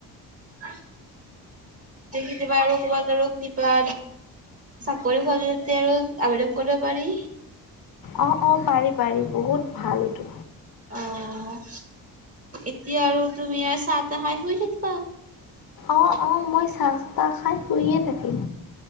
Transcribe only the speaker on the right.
কেতিয়াবা আৰু ক'বাত আৰু কিবা চাকৰি খতে আৰু আবেদন কৰিব পাৰি।
অ এতিয়া আৰু তুমি ই চাহ তাহাই শুই থাকিবা